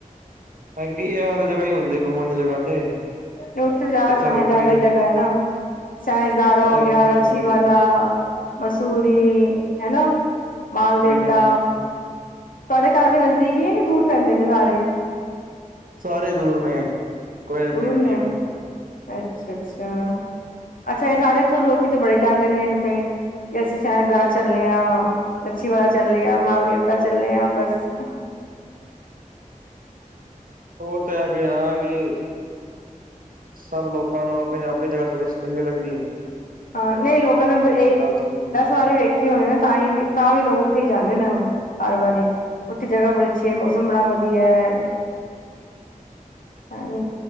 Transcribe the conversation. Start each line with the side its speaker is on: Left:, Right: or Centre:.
Right: ਹੈਗੀ ਆ, ਹਰ ਜਗ੍ਹਾ ਈ ਹੁੰਦੀ ਏ ਘੁੰਮਣ ਦੀ ਜਗ੍ਹਾ ਤੇ।
Left: ਏ ਉੱਥੇ ਜਾ
Right: ਇੱਥੇ
Left: ਅ
Right: ਵੱਖਰੀ
Left: ਜੈਦਾ ਈ ਜਗ੍ਹਾ ਹੈਨਾ। ਸੈਸਧਾਰਾਂ
Right: ਇੱਥੇ
Left: ਹੋ ਗਿਆ,
Right: ਵੱਖਰੀ
Left: ਰੱਛੀ
Right: ਥੋੜੀ
Left: ਵਾਲਾ,
Right: ਏ।
Left: ਮਸੂਰੀ ਹੈ ਨਾ। ਮਾਲ ਦੇਵਤਾ।
Right: ਹੂੰ ਹੂੰ
Left: ਤੁਐਡੇ ਘਰ ਦੇ ਨਜ਼ਦੀਕ ਈ ਏ ਕੇ ਦੂਰ ਪੈਂਦੇ ਨੇ ਸਾਰੇ?
Right: ਸਾਰੇ ਦੂਰ ਨੇ, ਕੋਈ ਨਜ਼ਦੀਕ
Left: ਦੂਰ
Right: ਨੀ
Left: ਨੇ
Right: ਹੈਗਾ।
Left: ਅੱਛਾ-ਅੱਛਾ, ਅੱਛਾ ਏਹ ਸਾਰੇ ਇੱਥੋਂ ਲੋਕੀ ਤੇ ਬੜੇ ਜਾਂਦੇ ਨੇ ਉੱਥੇ। ਕਿ ਅਸੀਂ ਸਹਿਸਦਾਰਾ ਚੱਲੇ ਆਂ, ਲੱਛੀ ਵਾਲਾ ਚੱਲੇ ਆਂ, ਮਾਲ ਦੇਵਤਾ ਚੱਲੇ ਆਂ ਬੱਸ।
Right: ਉਹ ਤਾਂ ਹੈਗਾ ਈ ਨਾ ਗੀਵ ਸਭ ਲੋਕਾਂ ਨੂੰ ਅਪਣੀ ਜਾ ਅਪਣੀ ਜਗ੍ਹਾ ਥੋੜੀ ਸੀ ਚੰਗੀ ਲਗਦੀ ਏ।
Left: ਹਾਂ, ਨਹੀਂ ਲੋਕਾਂ ਨੇ ਬ ਏਹ
Right: ਚੰਗੀ ਲੱਗਦੀ
Left: ਦੱਸ
Right: ਨੇ
Left: ਵਾਰੀ ਵੇਖ ਖੀ ਹੋਏ ਨਾ, ਤਾਂ ਈ ਵੀ ਤਾਂ ਵੀ ਲੋਕ ਉੱਥੇ ਈ ਜਾਂਦੇ ਨੇ ਓਹ, ਹਰ ਵਾਰੀ। ਉੱਥੇ ਜਗ੍ਹਾ ਬੜੀ ਅੱਛੀ ਏ। ਮੌਸਮ ਬੜਾ ਵਧੀਆ ਐ। ਹਾਂਏ,